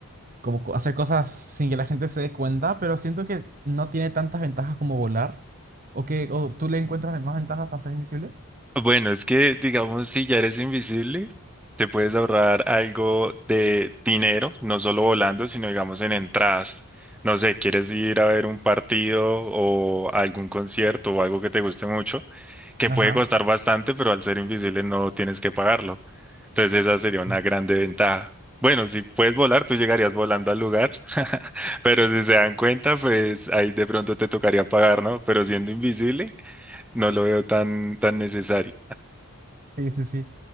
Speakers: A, on the right; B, in the centre.
A: como co- hacer cosas sin que la gente se dé cuenta, pero siento que no tiene tantas ventajas como volar. ¿O que o tú le encuentras más ventajas a ser invisible?
B: Bueno, es que, digamos, si ya eres invisible, te puedes ahorrar algo de dinero, no solo volando, sino, digamos, en entradas. No sé, quieres ir a ver un partido o algún concierto o algo que te guste mucho, que
A: Ajá.
B: puede costar bastante, pero al ser invisible no tienes que pagarlo. Entonces, esa sería una
A: <laughs>
B: grande ventaja. Bueno, si puedes volar, tú llegarías volando al lugar, <laughs> pero si se dan cuenta, pues ahí de pronto te tocaría pagar, ¿no? Pero siendo invisible, no lo veo tan, tan necesario.
A: Sí, sí, sí.